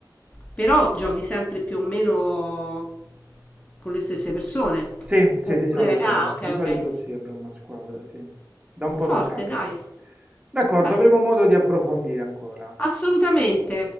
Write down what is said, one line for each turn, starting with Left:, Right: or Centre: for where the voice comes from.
Left: Però giochi sempre più o meno con le stesse persone.
Right: Sì, sì,
Left: Oppure,
Right: di solito,
Left: ah, ok,
Right: di solito
Left: ok.
Right: sì, abbiamo una squadra, sì. Da un po' non
Left: Forte,
Right: capita.
Left: dai.
Right: D'accordo,
Left: Beh,
Right: avremo modo di approfondire ancora.
Left: assolutamente.